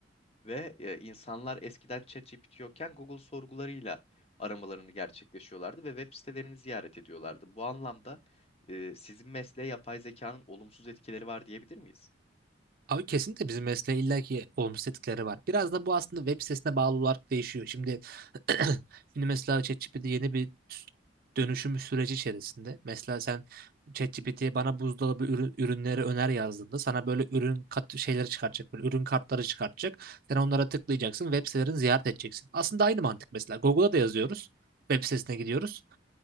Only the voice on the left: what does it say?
Ve e, insanlar eskiden ChatGPT yokken Google sorgularıyla aramalarını gerçekleşiyorlardı ve web sitelerini ziyaret ediyorlardı. Bu anlamda e, sizin mesleğe yapay zekanın olumsuz etkileri var diyebilir miyiz?